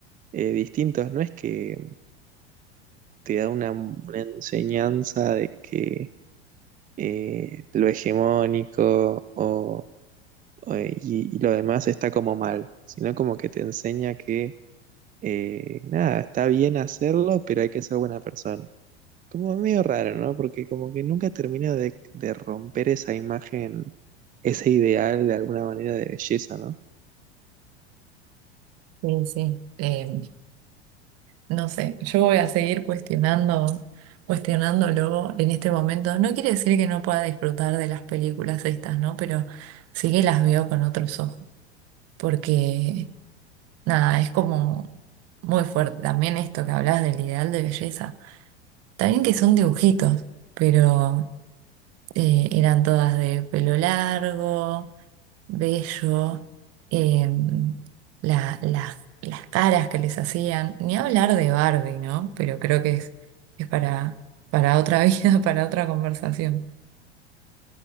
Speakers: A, on the right (about 25°); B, on the right (about 45°).
A: eh, distintos, no es que te da una, una enseñanza de que eh, lo hegemónico o, o, eh, y, y lo demás está como mal, sino como que te enseña que eh, nada, está bien hacerlo, pero hay que ser buena persona. Como medio raro, ¿no? Porque como que nunca termina de de romper esa imagen ese ideal de alguna manera de belleza, ¿no?
B: Sí, sí. Eh, no sé, yo voy a seguir cuestionando, cuestionándolo en este momento. No quiere decir que no pueda disfrutar de las películas estas, ¿no? Pero sí que las veo con otros ojos, porque nada, es como muy fuerte. También esto que hablas del ideal de belleza. También que son dibujitos, pero Eh, eran todas de pelo largo, bello, em, la- las las caras que les hacían, ni hablar de Barbie, ¿no? Pero creo que es, es para, para otra <laughs> vida, para otra conversación.